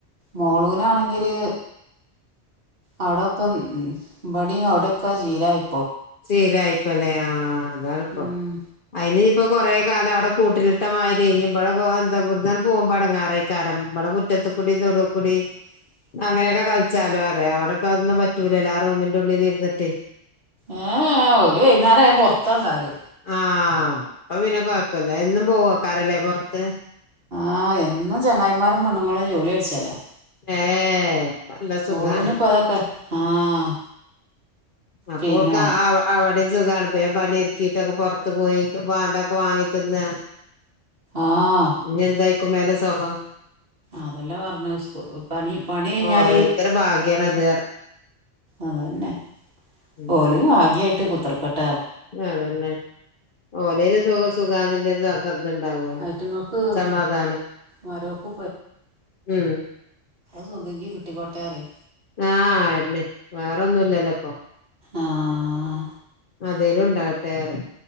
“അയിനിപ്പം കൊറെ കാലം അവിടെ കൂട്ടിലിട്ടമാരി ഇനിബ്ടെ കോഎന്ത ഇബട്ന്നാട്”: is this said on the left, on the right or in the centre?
Left